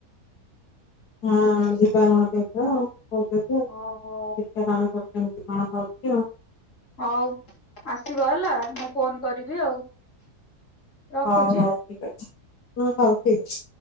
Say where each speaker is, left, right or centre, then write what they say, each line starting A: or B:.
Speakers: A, on the left; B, on the left.
A: ହଁ ଯିବା ନାହାନ୍ତି <unintelligible> ଏ ତ ଆଉ କହୁ
B: ଓହୋ।
A: ଆଉା <unintelligible> କାମ କର କଣ? ଓଉ କ <unintelligible>
B: ହଉ ଆସିବ ହେଲା ମୁଁ ଫୋନ କରିବି ଆଉ। ରଖୁଛି।
A: ହଉ ହଉ ଠିକ ଅଛି ହଁ ହଉ ଠିକ ଅଛି।